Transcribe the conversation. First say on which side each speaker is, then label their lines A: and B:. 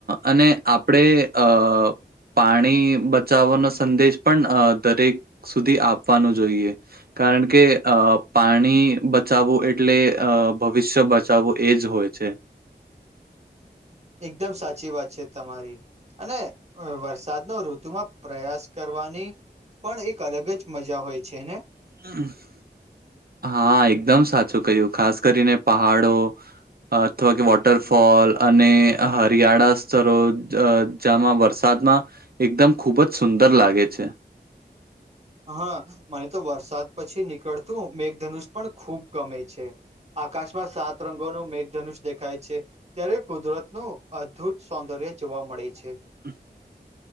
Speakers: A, on the right (about 60°); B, on the right (about 40°).
A: અને આપણે અ પાણી બચાવાનો સંદેશ પણ અ દરેક સુધી આપવાનું જોઈએ કારણ કે અ પાણી બચાવવું એ એટલે અ ભવિષ્ય બચાવવું એજ હોય છે.
B: એકદમ સાચી વાત છે તમારી. અને વરસાદનો ઋતુમાં પ્રયાસ કરવાની પણ એક અલગ જ મજા હોય છે ને.
A: <inaudible> હા એકદમ સાચું કહ્યું ખાસ કરીને પહાડો અથવા કે વોટરફોલ અને હરિયાળા સ્તરો જ અ જામાં વરસાદમાં એકદમ ખુબ જ સુંદર લાગે છે.
B: હા મને તો વરસાદ પછી નીકળતું મેઘધનુષ પણ ખૂબ ગમે છે. આકાશમાં સાત રંગોનું મેઘધનુષ દેખાય છે ત્યારે કુદરતનું અદભુત સૌંદર્ય જોવા મળે છે.
A: હમ્મ